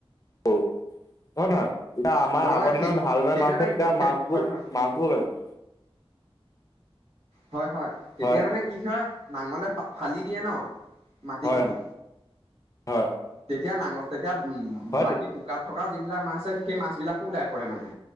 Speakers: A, on the left; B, on the right.
A: হয় নহয়, এতিয়া আমাৰ
B: হয়
A: আগৰ
B: হয়
A: দিনত হাল বাই
B: সেইটো
A: মাছ
B: এটা
A: ধৰে
B: ইম্প
A: তেতিয়া মাছবোৰ
B: হয় হয়
A: মাছ <unintelligible>
B: হয়, হয়, তেতিয়া
A: হয়
B: মানে কি হয় নাঙলে ফালি দিয়ে ন' মাটিখিনি।
A: হয় হয়।
B: তেতিয়া নাঙল তেতিয়া উম,
A: হয়
B: বাকী বোকাত থকা যিবিলাক মাছ আছে সেই মাছ বিলাকো ওলাই পৰে মানে।